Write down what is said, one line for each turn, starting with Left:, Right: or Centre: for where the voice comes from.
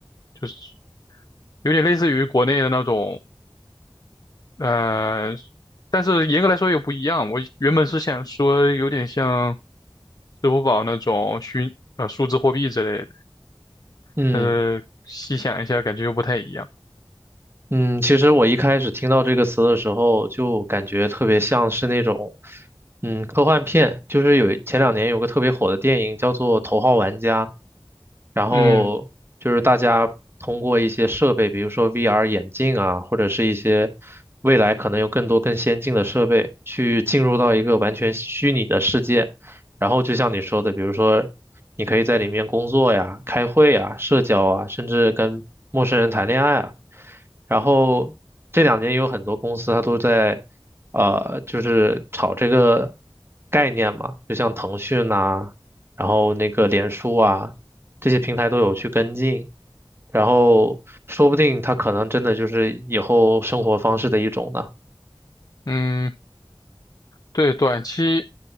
Left: 就是有点类似于国内的那种，呃，但是严格来说又不一样。我原本是想说有点像支付宝那种虚呃数字货币之类的。
Right: 嗯。
Left: 但是细想一下，感觉又不太一样。
Right: 嗯，其实我一开始听到这个词的时候，就感觉特别像是那种，嗯，科幻片。就是有前两年有个特别火的电影叫做《头号玩家》，然后就是大家通过一些设备，
Left: 嗯
Right: 比如说 VR 眼镜啊，或者是一些未来可能有更多更先进的设备，去进入到一个完全虚拟的世界。然后就像你说的，比如说你可以在里面工作呀、开会呀、社交啊，甚至跟陌生人谈恋爱啊。然后这两年有很多公司它都在，呃，就是炒这个概念嘛，就像腾讯呐、然后那个脸书啊，这些平台都有去跟进，然后说不定它可能真的就是以后生活方式的一种呢。
Left: 嗯，对，短期，